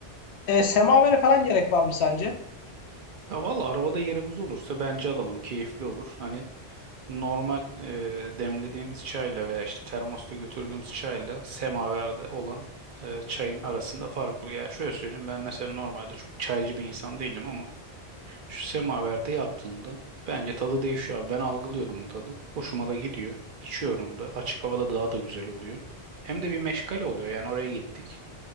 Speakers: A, on the left; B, on the right.
A: Ee, semavere falan gerek var mı sence?
B: Ya valla arabada yerimiz olursa bence alalım. Keyifli olur. Hani normal e, demlediğimiz çayla veya işte termosta götürdüğümüz çayla semaverde olan e, çayın arasında fark oluyor. Yani şöyle söyleyeyim ben mesela normalde çok çaycı bir insan değilim ama şu semaverde yaptığında bence tadı değişiyor abi. Ben algılıyorum o tadı. Hoşuma da gidiyor. İçiyorum da. Açık havada daha da güzel oluyor. Hem de bir meşgale oluyor. Yani oraya gittik.